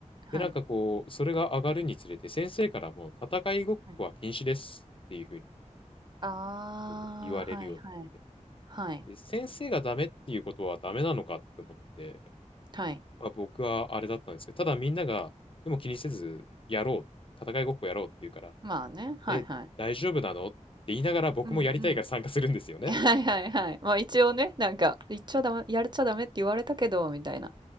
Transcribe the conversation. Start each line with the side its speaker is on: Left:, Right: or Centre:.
Right: はい。
Left: で、なんかこう、それが上がるにつれて、先生からもう戦いごっこは禁止ですっていうふうに
Right: はい。ああ、
Left: こう言われるようになって、
Right: はいはい。はい。
Left: で先生がダメっていうことはダメなのかって思って、
Right: はい。
Left: まあ、僕はあれだったんですけど、ただみんなが、でも気にせず、やろう、戦いごっこやろうって言うから、
Right: まあね、はいはい。
Left: え、大丈夫なのって言いながら僕もやりたいから参加するんですよね。
Right: うんうん。<laughs> はいはいはい。まあ、一応ね、なんか、言っちゃダメやっちゃダメって言われたけどみたいな。